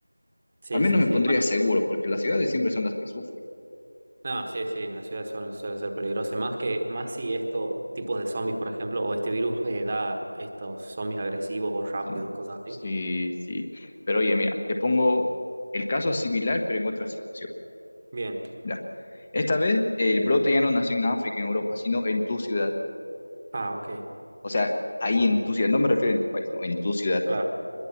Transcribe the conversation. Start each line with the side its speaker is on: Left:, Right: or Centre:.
Right: sí,
Left: Al menos
Right: sí,
Left: me
Right: sí,
Left: pondría seguro, porque las ciudades siempre son las que sufren.
Right: No, sí, sí, en la ciudad suele, suele ser peligroso. Más que, más si estos tipos de zombies, por ejemplo, o este virus eh, da estos zombies agresivos o rápidos,
Left: Son-
Right: cosas así.
Left: Sí, sí. Pero oye, mira, te pongo el caso similar, pero en otra situación.
Right: Bien.
Left: Mira, esta vez el brote ya no nació en África, en Europa, sino en tu ciudad.
Right: Ah, ok.
Left: O sea, ahí en tu ciudad, no me refiero en tu país, no, en tu ciudad.
Right: Claro.